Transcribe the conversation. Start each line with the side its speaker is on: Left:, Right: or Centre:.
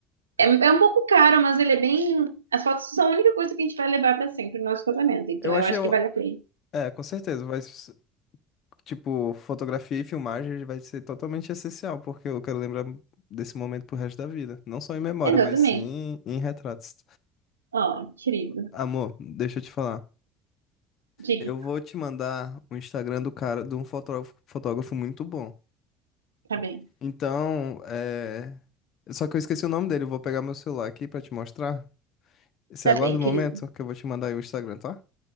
Right: É, é um pouco caro, mas ele é bem. As fotos são a única coisa que a gente vai levar pra sempre no nosso casamento. Então
Left: eu
Right: eu
Left: achei
Right: acho
Left: um,
Right: que vale a pena.
Left: é, com certeza, vai s- tipo, fotografia e filmagem vai ser totalmente essencial, porque eu quero lembrar desse momento pro resto da vida, não só em memória,
Right: Exatamente.
Left: mas sim em retratos.
Right: Ó, querido.
Left: Amor, deixa eu te falar.
Right: Diga.
Left: Eu vou te mandar o Instagram do cara, de um fotógrafo, fotógrafo muito bom.
Right: Tá bem.
Left: Então, é... Só que eu esqueci o nome dele, eu vou pegar meu celular aqui pra te mostrar. Você
Right: Tá
Left: aguarda
Right: bem,
Left: um
Right: querido.
Left: momento que eu vou te mandar aí o Instagram, tá?